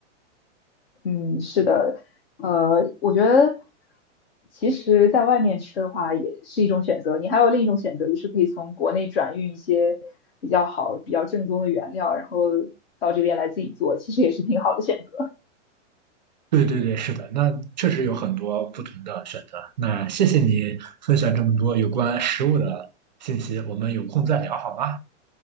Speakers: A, on the left; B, on the right.
A: 嗯，是的，呃，我觉得其实在外面吃的话也是一种选择。你还有另一种选择，就是可以从国内转运一些比较好、比较正宗的原料，然后到这边来自己做，其实也是挺好的选择。
B: 对对对，是的，那确实有很多不同的选择。那谢谢你分享这么多有关食物的信息，我们有空再聊好吗？